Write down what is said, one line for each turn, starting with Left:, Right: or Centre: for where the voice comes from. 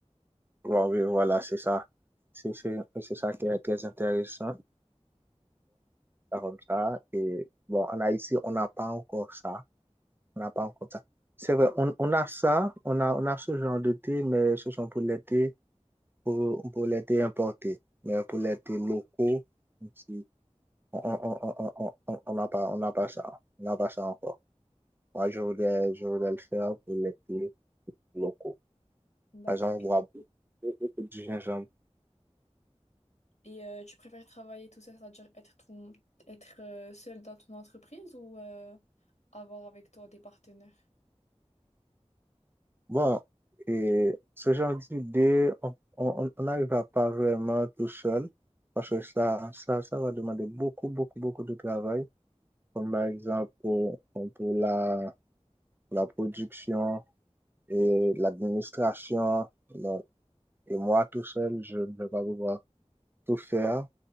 Right: ouais, ouais, Voilà, c'est ça. C'est, c'est, c'est ça qui est très intéressant. ça comme ça. Et bon, en Haïti, on n'a pas encore ça. On n'a pas encore ça. C'est vrai, on, on a ça, on a, on a ce genre de thé, mais ce sont pour les thés, pour, pour les thés importés. Mais pour les thés locaux, ici, on on- on- on- on- on n'a pas, on n'a pas ça. On n'a pas ça encore. Moi, je voudrais, je voudrais le faire pour les thés locaux.
Left: D'accord.
Right: Par exemple, on voit beaucoup de gingembre
Left: Et euh, tu préfères travailler tout seul, c'est-à-dire être, ton, être euh, seul dans ton entreprise ou euh, avoir avec toi des partenaires?
Right: Bon, et ce genre d'idée, on on- on n'arrivera pas vraiment tout seul parce que ça, ça, ça va demander beaucoup, beaucoup, beaucoup de travail, comme par exemple pour, pour la, pour la production et l'administration. Donc, Et moi, tout seul, je ne vais pas pouvoir tout faire,